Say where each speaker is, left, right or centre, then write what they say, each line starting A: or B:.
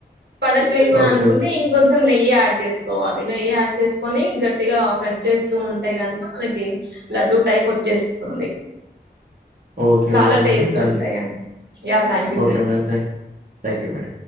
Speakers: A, on the right; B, on the right.
A: పడట్లేదు అని
B: ఓకే
A: అనుకుంటే
B: ఓకే
A: ఇంకొంచెం నెయ్యి యాడ్ చేసుకోవాలి నేయి యాడ్ చేసుకొని గట్టిగా ప్రెస్ చేస్తూ ఉంటే గనక మనకి ల డు టైప్ వచ్చేస్తుంది
B: ఓకే
A: చాలా
B: ఓకే మేడం
A: టేస్ట్
B: థ్యాంక్
A: ఉంటాయండి
B: యూ
A: yeah thank you
B: okay
A: sir
B: madam థా థ్యాంక్ యూ మేడ